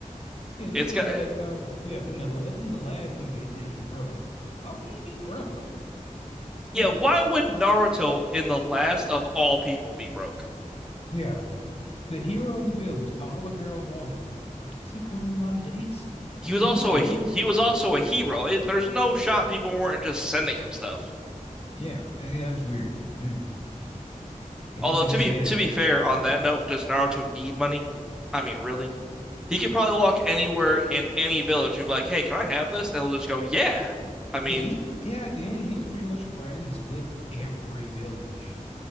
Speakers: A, on the left; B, in the centre.
A: Yeah, this
B: It's
A: was
B: got
A: like, uh, yeah, in the it was in the last movie. They said he was broke. Why would he be broke? Yeah.
B: yeah, why would Naruto in the last of all people be broke?
A: Yeah. The hero of the village. All the girls want him. I guess he's going on a lot of dates.
B: He was
A: No,
B: also a
A: he's
B: he, he was also a hero. It, there's no shot people weren't just sending him stuff.
A: yeah. eh, That was weird. Hmm. I
B: Although
A: guess it's
B: to
A: just
B: be
A: made
B: to
A: up.
B: be fair on that note, does Naruto need money? I mean, really? He could probably walk anywhere in any village and be like, "Hey, can I have this?" And they'll just go, "Yeah." I mean,
A: Yeah, he pr- yeah. At the end, he was pretty much friends with every village.